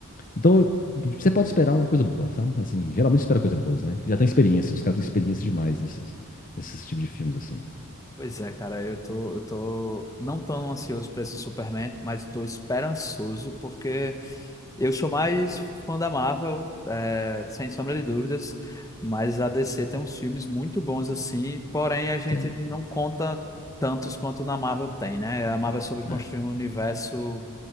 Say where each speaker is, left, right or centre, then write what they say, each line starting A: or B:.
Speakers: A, on the left; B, on the left.
A: Então, eu- você pode esperar uma coisa boa, sabe? Assim, geralmente espera coisa boas, né? Já tem experiência, os caras têm experiência demais nesses, nesses tipos de filmes, assim.
B: Pois é, cara, eu tô, eu tô não tão ansioso pra esse Superman, mas tô esperançoso porque Eu sou mais fã da Marvel, é, sem sombra de dúvidas, mas a DC tem uns filmes muito bons assim, porém a gente
A: Tem.
B: não conta tantos quanto na Marvel tem, né? A Marvel soube construir
A: É,
B: um universo